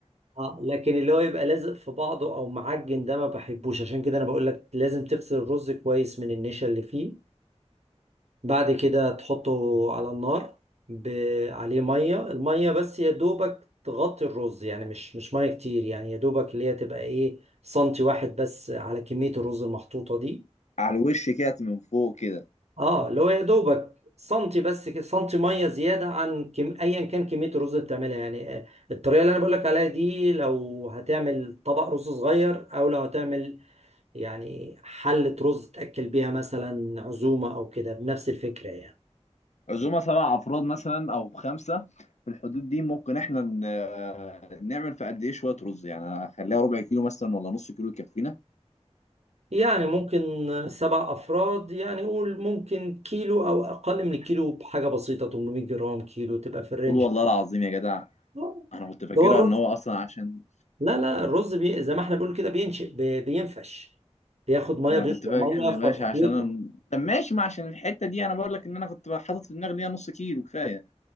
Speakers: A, on the right; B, on the left.
A: اه لكن اللي هو يبقى لازق في بعضه او معجن ده ما بحبوش عشان كده انا بقول لك لازم تغسل الرز كويس من النشا اللي فيه بعد كده تحطه على النار ب... عليه ميه الميه بس يا دوبك تغطي الرز يعني مش مش ميه كتير يعني يا دوبك اللي هي تبقى ايه سنتي واحد بس على كميه الرز المحطوطه دي
B: على الوش كده من فوق كده
A: اه اللي هو يا دوبك سنتي بس كده- سنتي ميه زياده عن كم... ايا كان كميه الرز اللي بتعملها يعني آه، الطريقه اللي انا بقول لك عليها دي لو هتعمل طبق رز صغير او لو هتعمل يعني حله رز تاكل بيها مثلا عزومه او كده بنفس الفكره يعني
B: عزومه سبع افراد مثلا او خمسه في الحدود دي ممكن احنا ن- نعمل في قد ايه شويه رز يعني اخليها ربع كيلو مثلا ولا نص كيلو يكفينا
A: يعني ممكن سبع أفراد يعني قول ممكن كيلو أو أقل من الكيلو بحاجة بسيطة 800 جرام كيلو تبقى في الرينج
B: قول والله العظيم يا جدع
A: آه.
B: انا كنت فاكرها
A: ده هو الرز
B: ان هو اصلا عشان
A: لا لا الرز بي... زي ما احنا بنقول كده بينشئ بي... بينفش بياخد مية
B: ده
A: بيشرب
B: انا كنت فاكر
A: مية
B: يا
A: ف-
B: باشا عشان
A: فبيكبر
B: أنا... طب ماشي ما عشان الحته دي انا بقول لك ان انا كنت حاطط في دماغي ان هي نص كيلو كفايه